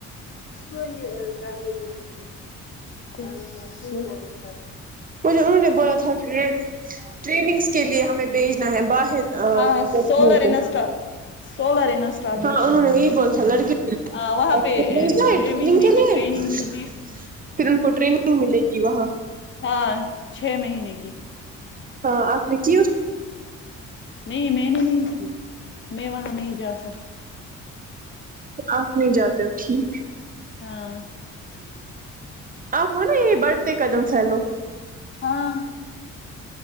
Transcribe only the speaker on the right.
مجھے انہوں نے بولا تھا کہ ٹریننگس کے لیے ہمیں بھیجنا ہے باہر لڑکیوں
کو
ہاں انہوں
نے یہی
بول تھا لڑکی ٹریگ
کے
لیے
پھر ان کو ٹرینگ ملے گی وہ ہاں
ہاں آپ چی
آپ نہیں جاتے ہو ٹھیک
آپ ہو ن یہ بڑھتے قدم فہلو